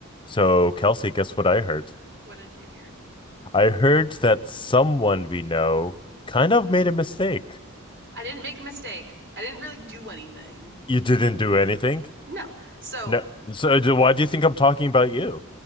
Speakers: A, on the left (about 25°); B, on the right (about 55°).
A: So, Kelsey, guess what I heard?
B: What did you hear?
A: I heard that someone we know kind of made a mistake.
B: I didn't make a mistake. I didn't really do anything.
A: You didn't do anything?
B: No. So,
A: No. So, d- why do you think I'm talking about you?